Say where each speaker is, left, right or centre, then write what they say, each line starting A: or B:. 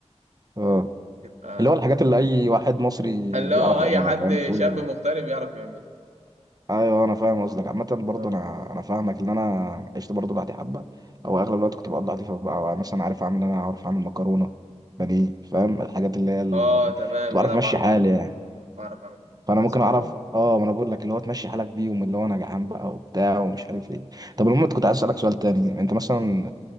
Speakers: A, on the right (about 35°); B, on the right (about 75°).
A: أه
B: تبقى
A: اللي هو الحاجات اللي أي واحد مصري
B: اللي
A: بيعرف
B: هو
A: يعملها
B: أي حد
A: فاهم فول
B: شاب مغترب يعرف يعمل
A: ايوه انا فاهم قصدك عامه برضه
B: آه
A: انا انا فاهمك ان انا عشت برضه لوحدي حبه او اغلب الوقت كنت بقضي لوحدي فبقى مثلا عارف اعمل إيه، انا عارف اعمل مكرونه بانيه فاهم الحاجات اللي هي ال...
B: آه، تمام
A: كنت بعرف
B: أنا
A: امشي
B: بعرف
A: حالي
B: أعمل
A: يعني
B: بعرف أعمل
A: فانا
B: بس
A: ممكن
B: كده
A: اعرف اه ما انا بقول لك اللي هو تمشي حالك بيهم اللي هو انا جعان بقى وبتاع ومش عارف ايه طب المهم كنت عايز اسالك سؤال تاني انت مثلا